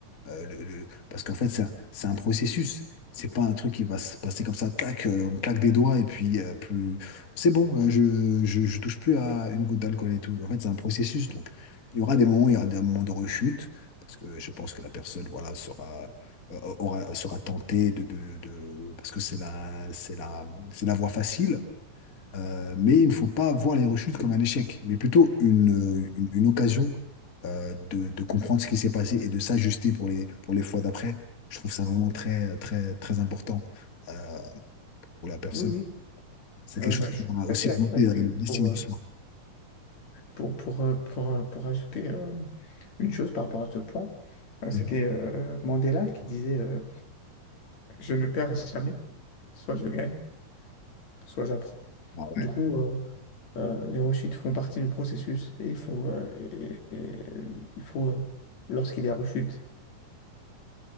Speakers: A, on the left; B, on the left.
A: Euh, le- le- Parce qu'en fait, c'est un, c'est un processus. C'est pas un truc qui va se passer comme ça, tac, euh, on claque des doigts et puis euh, plus. C'est bon, euh, je, je, je touche plus à une goutte d'alcool et tout. En fait, c'est un processus. Donc, il y aura des moments, il y aura des moments de rechute, parce que je pense que la personne, voilà, sera, euh, aura, sera tentée de, de, de- parce que c'est la, c'est la, c'est la voie facile. Euh, mais il ne faut pas voir les rechutes comme un échec, mais plutôt une, euh, une, une occasion euh, de, de comprendre ce qui s'est passé et de s'ajuster pour les, pour les fois d'après. Je trouve ça vraiment très, très, très important euh, pour la personne.
B: Oui, oui,
A: C'est
B: Euh,
A: quelque chose
B: bah,
A: qui
B: je suis
A: va aussi
B: assez d'accord.
A: augmenter
B: Et puis,
A: euh, l'estime
B: pour, euh,
A: de soi.
B: pour, pour, euh, pour, euh, pour ajouter euh, une chose par rapport à ce point, euh, c'était
A: Mhm.
B: euh, Mandela qui disait euh, Je ne perds jamais, soit je gagne, soit j'apprends.
A: Ah ouais.
B: Du coup, euh, euh, les rechutes font partie du processus et il faut, euh, et- et- et il faut euh, lorsqu'il y a rechute,